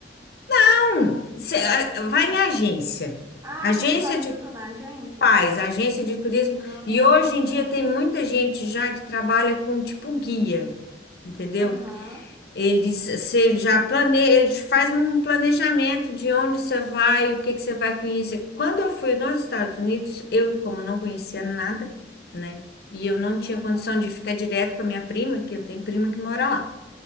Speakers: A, on the left (about 60°); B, on the right (about 15°).
A: Então, você, ah, vai em agência,
B: Ah,
A: agência
B: eles fazem
A: de
B: tudo na agência?
A: paz, agência de turismo,
B: Ah,
A: e hoje em
B: tá.
A: dia tem muita gente já que trabalha com tipo guia. Entendeu?
B: Aham,
A: Eles, você já planeja, eles fazem um planejamento de onde você vai, o que que você vai conhecer. Quando eu fui nos Estados Unidos, eu, como não conhecia nada, né? E eu não tinha
B: aham.
A: condição de ficar direto com a minha prima, que eu tenho prima que mora lá.